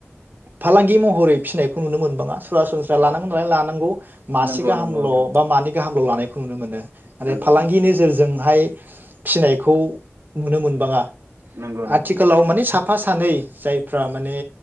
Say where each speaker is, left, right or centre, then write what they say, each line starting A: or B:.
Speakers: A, on the right; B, on the right.
A: फालांगि महरै फिसिनायखौ नुनो मोनबाङा सरासनस्रा लानांगौ
B: औ
A: नालाय
B: औ
A: लानांगौ मासे
B: नंगौ
A: गाहामल'
B: नंगौ नोंथां
A: बा मानै गाहामल' लानाय बेखौ नुनो मोनो आरो
B: नंगौ
A: फालांगि
B: नंगौ
A: नोजोरजोंहाय फिनायखौ नुनो मोनबाङा
B: नंगौ नंगौ नोंथां
A: आथिखालाव माने साफ फा सानै जाय फ्रा माने